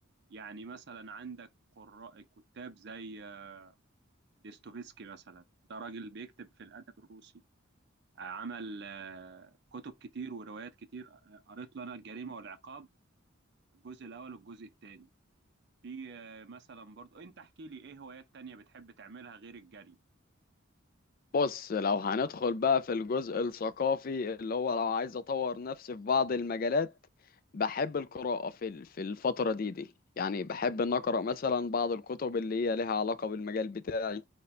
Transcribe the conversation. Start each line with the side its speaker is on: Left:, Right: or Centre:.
Right: يعني مثلا عندك قراء كتاب زي آه، ديستوفيسكي مثلا ده راجل بيكتب في الادب الروسي آه، عمل آه، كتب كتير وروايات كتير آه، قريت له انا الجريمه والعقاب الجزء الاول والجزء الثاني في آه، مثلا برضو انت احكي لي ايه هوايات تانية بتحب تعملها غير الجري
Left: بص لو هندخل بقى في الجزء الثقافي اللي هو لو عايز اطور نفسي في بعض المجالات بحب القراءة في ال- في الفترة دي دي يعني بحب ان اقرا مثلا بعض الكتب اللي هي لها علاقة بالمجال بتاعي